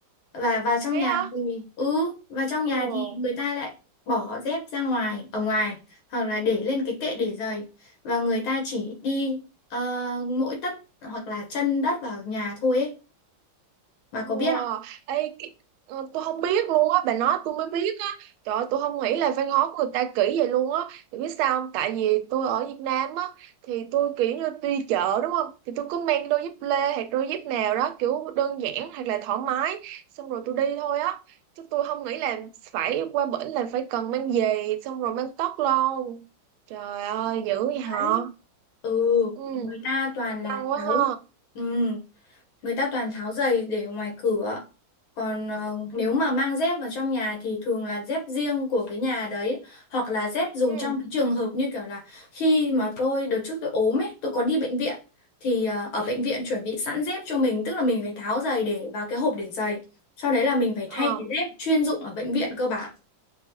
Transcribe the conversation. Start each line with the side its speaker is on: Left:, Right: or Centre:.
Left: Và vào trong
Right: thế
Left: nhà
Right: hả?
Left: thì ừ, vào trong
Right: Ồ,
Left: nhà thì người ta lại bỏ dép ra ngoài ở ngoài hoặc là để lên cái kệ để giày và người ta chỉ đi ờ, mỗi tất hoặc là chân đất vào nhà thôi ấy. Bà
Right: wow.
Left: có biết không?
Right: Ê, cái, ờ, tôi không biết luôn á, bà nói tôi mới biết á. Trời ơi, tôi không nghĩ là văn hóa của người ta kỹ vậy luôn á. Thì biết sao không? Tại vì tôi ở Việt Nam á, thì tôi kiểu như đi chợ đúng không? Thì tôi cứ mang đôi dép lê hoặc đôi dép nào đó kiểu đơn giản hoặc là thoải mái. Xong rồi tôi đi thôi á. Chứ tôi không nghĩ là phải qua bển là phải cần mang giày xong rồi mang tất luôn. Trời ơi, dữ vậy hả?
Left: Đấy. Ừ,
Right: Ừ,
Left: người ta toàn là
Right: căng quá
Left: tháo.
Right: ha.
Left: Ừ. người ta toàn tháo giày để ở ngoài cửa còn ờ, nếu mà mang dép vào trong nhà thì thường là dép riêng của cái nhà đấy hoặc là dép dùng
Right: Ừ.
Left: trong cái trường hợp như kiểu là khi mà tôi đợt trước tôi ốm ấy tôi có đi bệnh viện thì ờ, ở bệnh viện chuẩn bị sẵn dép cho mình tức là mình phải tháo giày để vào cái hộp để giày sau đấy là mình phải
Right: ờ.
Left: thay cái dép chuyên dụng ở bệnh viện cơ bản